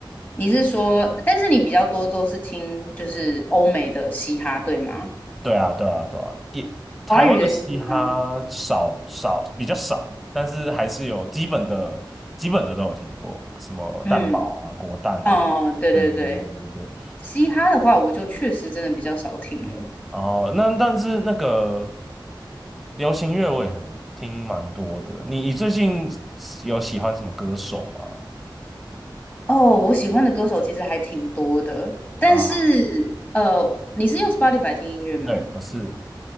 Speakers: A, on the left (about 20°); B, in the centre.
A: 你是说，但是你比较多都是听就是欧美的嘻哈，对吗？
B: 对啊，对啊，对啊，也台湾的嘻哈少少比较少，
A: 华语的嘻哈，
B: 但是还是有基本的基本的都有听过，什么蛋堡啊、
A: 嗯，
B: 果蛋啊，
A: 哦，对对对，
B: 对对对对对对。
A: 嘻哈的话我就确实真的比较少听了。
B: 哦，那但是那个流行乐我也很听蛮多的，你你最近有喜欢什么歌手吗？
A: 哦，我喜欢的歌手其实还挺多的，但是呃，
B: 啊，
A: 你是用 Spotify 听音乐吗？
B: 对，我是